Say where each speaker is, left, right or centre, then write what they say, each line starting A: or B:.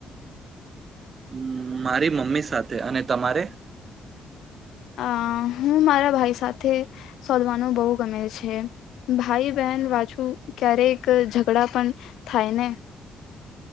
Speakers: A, on the right; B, on the left.
A: હમ્મ મારી મમ્મી સાથે અને તમારે.
B: અ હું મારા ભાઈ સાથે શોધવાનું બહુ ગમે છે, ભાઈ બહેન વાછું ક્યારેક ઝઘડા પણ થાય ને.